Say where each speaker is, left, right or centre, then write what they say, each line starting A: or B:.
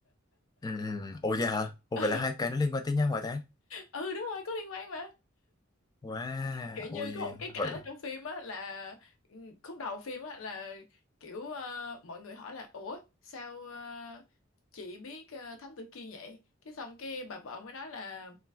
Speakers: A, on the left; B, on the left.
A: Ừ. ừ. Ồ vậy hả? Ồ
B: <laughs> ừ,
A: vậy là hai cái nó liên quan tới nhau hả ta?
B: ừ đúng rồi có liên quan mà
A: Wow,
B: kiểu như
A: ôi
B: có một cái cảnh
A: vậy
B: ở trong phim á là ừ, khúc đầu phim á là kiểu ờ, mọi người hỏi là ủa sao ờ, chị biết ờ, Thám Tử Kiên vậy cái xong cái bà vợ mới nói là